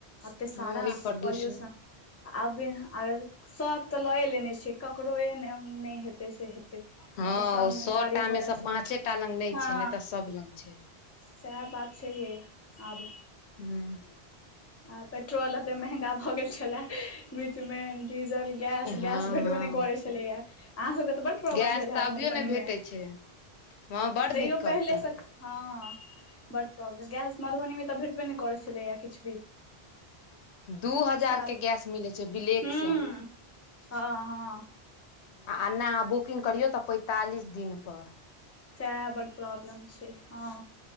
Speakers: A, on the left; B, on the left.
A: अते सारा
B: हँ ओहि प्रदूषण
A: पॉल्युशन, आबे आ सब तऽ लए लेने छै, क ककरो एहन नय हेतै, से हेतै। नहि
B: हँ,
A: तऽ सब
B: ओ
A: ने
B: सएटा
A: गाड़ी घोड़ा
B: मे से
A: छै
B: पाँंचे टा लग नय
A: हँ
B: छै, नय तऽ सब लग छै।
A: सएह बात छै हे, आब।
B: हूं।
A: आ पेट्रोल एते महंगा भऽ गेल छलै, बीच मे डीजल। गैस,
B: हँ
A: गैस भेटबे
B: हँ
A: नय करै छलैया, अहाँ सबके तऽ बड प्रॉब्लम
B: गैस
A: भेल
B: तऽ
A: हैत
B: अभियो
A: मधुबनी
B: नहि भेटै
A: मे?
B: छै हँ बड़
A: तैयो
B: दिक्कत
A: पहिले
B: तऽ
A: स हँ, बड प्रॉब्लम, गैस मधुबनी मे तऽ भेटबे नय करै छलैएा, किछ भी।
B: दू हजार
A: साफ
B: के गैस मिलै छै, बिलेकसँ।
A: हूँ हँ- हँ।
B: आ एना अहाँ बुकिंग करियौ तऽ, पैंतालिस दिनपर।
A: सएह बड प्रॉब्लम छै, हँ।